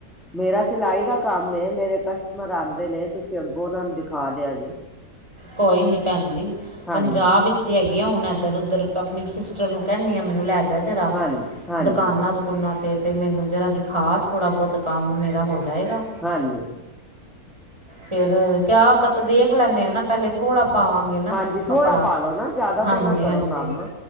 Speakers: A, in the centre; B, on the right (about 20°).
A: ਮੇਰਾ ਸਿਲਾਈ ਦਾ ਕੰਮ ਏ ਮੇਰੇ ਕਸਟਮਰ ਆਂਦੇ ਨੇ ਤੁਸੀਂ ਅੱਗੋਂ ਓਨਾਂ ਨੂੰ ਦਿਖਾ ਦਿਆ ਜੇ।
B: ਕੋਈ ਨੀ ਭੈਣ ਜੀ
A: ਹਾਂਜੀ
B: ਪੰਜਾਬ ਵਿੱਚੀ ਹੈਗ ਹੁਣ, ਐਧਰ ਉੱਧਰ ਅਪਣੀ ਸਿਸਟਰ ਨੂੰ ਕਹਿਣੀ ਆ ਮੈਨੂੰ ਲੈ ਜਾ ਜਰਾ
A: ਹਾਂਜੀ ਹਾਂਜੀ
B: ਦੁਕਾਨਾਂ-ਦੁਕੁਨਾਂ ਤੇ। ਤੇ ਮੈਨੂੰ ਜਰਾ ਦਿਖਾ। ਥੋੜ੍ਹਾ ਬੌਤ ਕੰਮ ਮੇਰਾ ਹੋ ਜਾਏਗਾ।
A: ਹਾਂਜੀ
B: ਫੇਰ ਕਿਆ ਆਪਾਂ ਤਾਂ ਦੇਖ ਲੈਂਨੇ ਹਾਂ ਨਾ ਪਹਿਲੇ ਥੋੜ੍ਹਾ। ਪਾਵਾਂਗੇ ਨਾ
A: ਹਾਂਜੀ
B: ਕੱਪੜਾ
A: ਥੋੜਾ ਪਾ ਲੋ ਨਾ ਜ਼ਿਆਦਾ
B: ਹਾਂਜੀ
A: ਤੋਂ ਨਾ ਕਰੋ
B: ਹਾਂਜੀ
A: ਕੰਮ